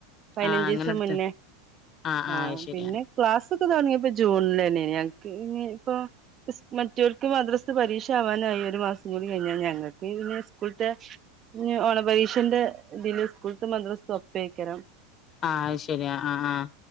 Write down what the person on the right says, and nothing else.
പതിനഞ്ച്
ദിവസം
മുന്നേ.
ആഹ
പിന്നെ
ക്ലാസ് ഒക്കെ തുടങ്ങിയ ഇപ്പം ജൂണിലേന്നയാ. ഞങ്ങക്ക് ഇ ഇപ്പൊ മറ്റോർക്ക് മദ്രസ്സ പരീക്ഷ ആവാനായി. ഒരു മാസം കൂടി കഴിഞ്ഞാൽ ഞങ്ങൾക്ക് ഈ സ്കൂളത്തെ ഓണപരീഷന്റെ ഇതില് സ്കൂളത്ത് മദ്രസ ഒപ്പായിരിക്കും